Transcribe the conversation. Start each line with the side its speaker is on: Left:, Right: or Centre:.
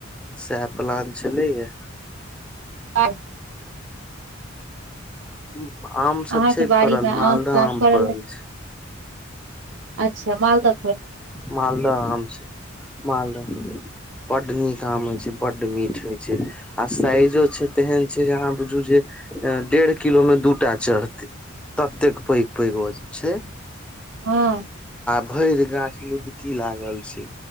Centre: साएह प्लान छलै या।
Right: आ
Centre: हुं। आम सब
Right: अहाँके
Centre: छै
Right: बाड़ी
Centre: फड़ल,
Right: मे
Centre: मालदा
Right: ताम
Centre: आम फड़ल
Right: अइ
Centre: छै।
Right: अच्छा मालदा
Centre: मालदा आम छै, मालदा बड नीक आम होय छै। बड मीठ होय छै आ साइजो छै तेहन छै जे अहाँ बुझु जे ए डेड़ किलो मे दूटा चढ़ते ततेक पैग पैग छै।
Right: हां।
Centre: भैर गाछ लुदकी लागल छै,